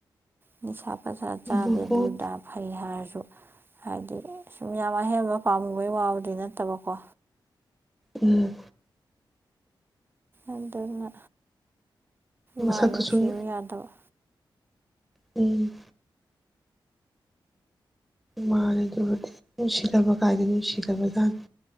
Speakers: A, on the right (about 25°); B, in the centre.
A: ꯅꯤꯁꯥ ꯄꯩꯁꯥ
B: ꯎꯝ
A: ꯆꯥꯗꯦ ꯗꯨꯔꯗꯥ ꯐꯩꯍꯥꯔ ꯍꯥꯏꯗꯤ ꯁꯨꯝ ꯌꯥꯝ ꯑꯍꯦꯝꯕ ꯄꯥꯝꯃꯨꯕꯩ ꯋꯥꯕꯗꯤ ꯅꯠꯇꯕꯀꯣ
B: ꯎꯝ
A: ꯑꯗꯅ
B: ꯃꯁꯛꯇꯨ
A: ꯃꯥꯅꯨꯁꯤꯕꯨ
B: ꯁꯨꯝ
A: ꯌꯥꯗꯕ
B: ꯎꯝ ꯃꯅ ꯑꯗꯨꯗꯤ ꯅꯨꯡꯁꯤꯗꯕ ꯀꯥꯏꯗ ꯅꯨꯡꯁꯤꯗꯕꯖꯥꯅꯤ